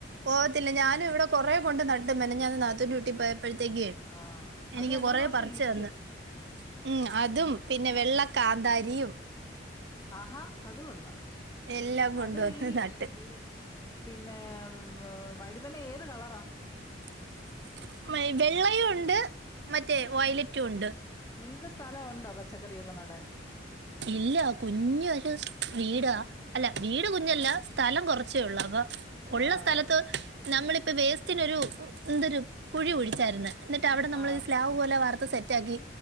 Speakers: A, on the right; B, on the left.
A: പോവത്തില്ല ഞാനും ഇവിടെ കൊറേ കൊണ്ട് നട്ടു മെനഞ്ഞാന്ന് നാത്തൂന്റെ വീട്ടില് പോയപ്പഴത്തേക്കെ
B: ആ
A: എനിക്ക്യ്
B: അത് രണ്ട്
A: കൊറേ
B: മൂന്ന് വർഷം
A: പറ്ച്ച്
B: നിക്കും
A: തന്ന് ഉം അതും
B: രണ്ടും
A: പിന്നെ വെള്ള കാന്താരിയും
B: ആഹ് ഹാ അതു കൊള്ളാം
A: എല്ലാം കൊണ്ടുവന്ന്
B: അത് ഈ
A: നട്ട്
B: ഈ പിന്നെ ഉം ഏഹ് വഴുതന ഏത് കളറാ
A: <unintelligible> വെള്ളയുണ്ട് മറ്റേ വയ്ലറ്റും ഉണ്ട്
B: നിങ്ങക്ക് സ്ഥലവുണ്ടോ പച്ചക്കറിയൊക്കെ നടാൻ
A: ഇല്ല കുഞ്ഞ് ഒരു വീടാ അല്ല വീട് കുഞ്ഞല്ല
B: ആഹ്
A: സ്ഥലം കുറച്ചേ ഉള്ളൂ അപ്പൊ ഒള്ള
B: ആഹ്
A: സ്ഥലത്ത് നമ്മളിപ്പോ വേസ്റ്റിനൊരു ന്തൊരു കുഴി കുഴിച്ചാര്ന്ന് ന്ന്ട്ട് അവടെ നമ്മൾ
B: ആഹ്
A: സ്ലാബ് പോലെ വാർത്ത് സെറ്റാക്കി